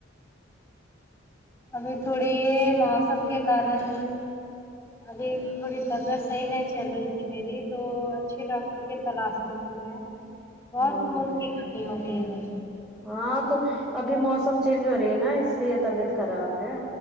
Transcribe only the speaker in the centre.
ہاں
ہاں تو ابھی موسم چینج ہو رہی ہے نا اس لیے طبیعت خراب ہے